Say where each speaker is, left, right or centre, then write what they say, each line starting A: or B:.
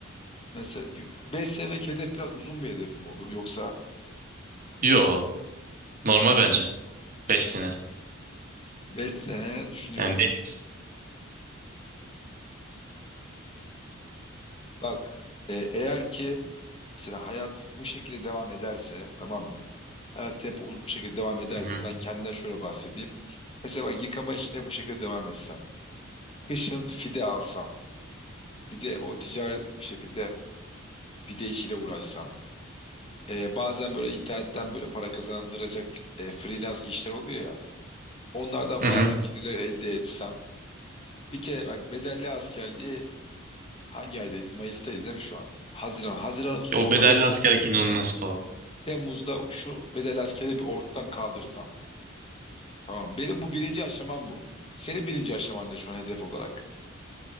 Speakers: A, on the left; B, on the right.
A: mesela 5 senelik hedef biraz uzun bir hedef mi olur yoksa
B: Yo. Normal bence. 5 sene.
A: 5 sene düşünüyormuş.
B: Yani 5.
A: Bak e, eğer ki mesela hayat bu şekilde devam ederse tamam mı? Hayat tempomuz bu şekilde devam ederse
B: Hı hı.
A: ben kendimden şöyle bahsedeyim. Mesela bak yıkama işine bu şekilde devam etsem. Kışın fide alsam. Fide o ticari bir şekilde fide işiyle uğraşsam. E, bazen böyle internetten böyle para kazandıracak e, freelance işler oluyor ya. Onlardan falan
B: Hı hı.
A: da gelirler elde etsem. Bir kere bak bedelli askerliği hangi aydayız? Mayıs'tayız değil mi şu an? Haziran. Haziran'ın sonunda
B: Ya O bedelli
A: Temmuz.
B: askerlik inanılmaz pahalı.
A: Temmuz'da şu bedel askeri bir ortadan kaldırsam. Tamam. Benim bu birinci aşamam bu. Senin birinci aşaman ne şu an hedef olarak?